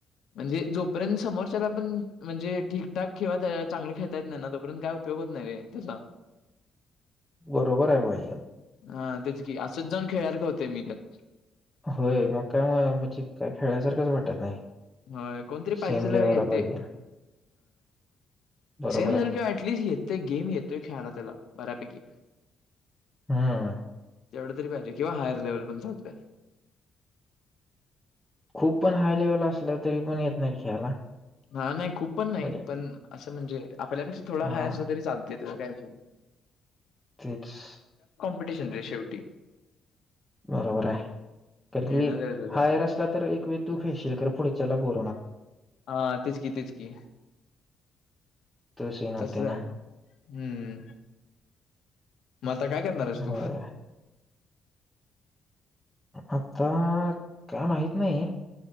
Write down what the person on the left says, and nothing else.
म्हणजे जोपर्य समोरच्याला आपण म्हणजे, ठीकठाक चांगलं खेळता येत नाही ना तोपर्यतं काय उपयोग होत. नाही रे, तसा.
हा तेच की, असंच जाऊन खेळ्यासारख होतो की, मी पण.
होयं कोणतरी पाहिजे
असल्यावर
येतंय.
सेम
झाल किंवा अऍटलिस्ट येतय गेम येतोय. खेळायला, त्याला बऱ्यापैकी.
तेवढं तरी पाहिजे किंवा हायर लेवल पण चालतय.
हा नाही खूप पण नाही
पण असं म्हणजे आपल्यापेक्षा थोडा
हायं असलं तरी चालतयं. त्याचा काय विषय नाय.
कॉम्पिटेशन रे शेवटी.
मिळणं
गरजेचं
आहे.
हा तेच कि तेच कि,
तस
आहे. हम्म मग आता काय करणारस तू?